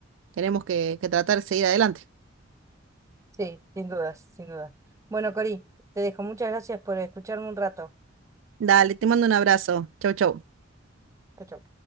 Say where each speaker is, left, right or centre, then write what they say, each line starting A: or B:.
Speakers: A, on the right; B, on the right.
A: tenemos que, que tratar de seguir adelante.
B: Sí, sin dudas, sin dudas. Bueno, Cori, te dejo. Muchas gracias por escucharme un rato.
A: Dale, te mando un abrazo. Chau, chau.
B: Chau, chau.